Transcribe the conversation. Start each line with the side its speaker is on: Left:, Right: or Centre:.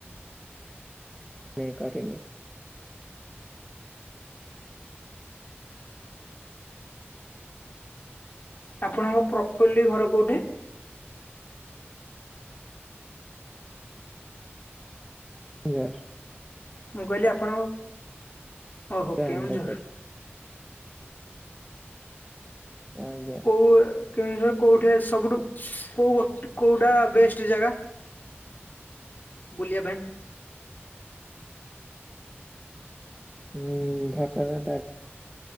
Centre: ନାଇଁ କରିନି।
Left: ଆପଣଙ୍କ ପ୍ରପରଲି ଘର କୋଉଠି?
Centre: ଜାର।
Left: ମୁଁ କହିଲି ଆପଣଙ୍କ ଓହୋ,
Centre: ଚାନ୍ଦପୁର
Left: କେଉଁଝର।
Centre: ଆଜ୍ଞା।
Left: କୋଉ କେଉଁଝରର କୋଉଟା ସବୁଠୁ କୋଉ କୋଉଟା ବେଷ୍ଟ ଜାଗା ବୁଲିଆ ପାଇଁ?
Centre: ହୁଁ, ଘଟଗାଁ ଟାରି